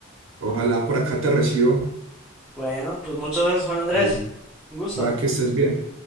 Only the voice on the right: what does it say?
Ojalá por acá te recibo.
Vale,
va que estés bien.